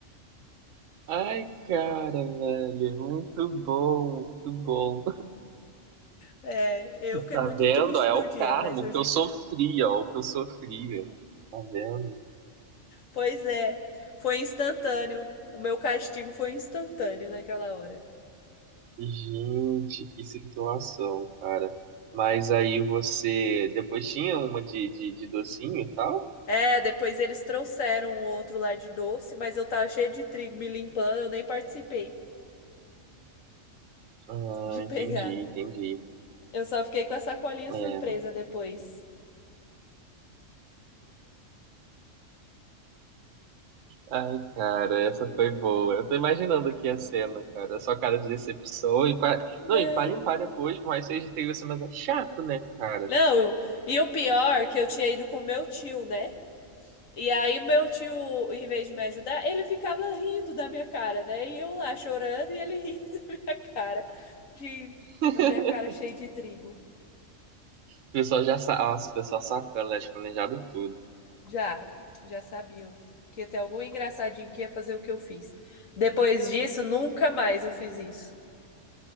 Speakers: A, on the right; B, on the left.
A: Ai, cara, velho, muito bom, muito bom.
B: É, eu fiquei
A: Tá
B: muito
A: vendo?
B: triste
A: ó, É
B: no
A: o
B: dia,
A: karma,
B: mas hoje,
A: o que eu sofria, ó, o que eu sofria. Tá vendo?
B: pois é, foi instantâneo. O meu castigo foi instantâneo naquela hora.
A: Gente, que situação, cara. Mas aí você depois tinha uma de, de, de docinho e tal?
B: É, depois eles trouxeram um outro lá de doce, mas eu tava cheia de trigo me limpando, eu nem participei
A: Ah,
B: de
A: entendi,
B: pegar.
A: entendi.
B: Eu só fiquei com a sacolinha
A: É.
B: surpresa depois.
A: Ai, cara, essa foi boa. Eu tô imaginando aqui a cena, cara. A sua cara de decepção e pa
B: Né?
A: Não, e pra limpar depois, por mais que seja isso, mas é chato, né, cara?
B: Não, e o pior que eu tinha ido com meu tio, né? E aí meu tio, em vez de me ajudar, ele ficava rindo da minha cara, né? E eu lá chorando e ele rindo <laughs> da minha cara, de
A: <laughs>
B: a minha cara cheia de trigo.
A: O pessoal já sa... Nossa, o pessoal sacana, né? Planejado tudo.
B: Já, já sabiam que ia ter algum engraçadinho que ia fazer o que eu fiz. Depois disso, nunca mais eu fiz isso.